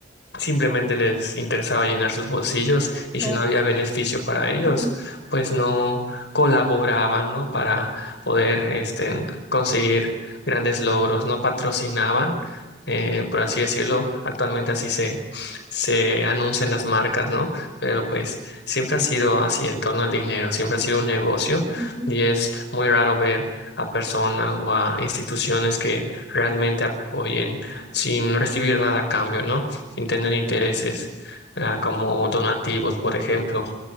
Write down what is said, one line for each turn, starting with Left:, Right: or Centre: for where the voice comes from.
Left: Simplemente les interesaba llenar sus bolsillos y
Right: Claro.
Left: si no había beneficio para ellos,
Right: Ajá,
Left: pues no colaboraban, ¿no? Para poder este, conseguir grandes logros, no patrocinaban, eh, por así decirlo. Actualmente así se, se anuncian las marcas, ¿no? Pero pues siempre ha sido así en torno al dinero, siempre ha sido un negocio
Right: ajá,
Left: y es muy raro ver a personas o a instituciones que realmente apoyen sin recibir nada a cambio, ¿no? sin tener intereses, ah, como donativos, por ejemplo.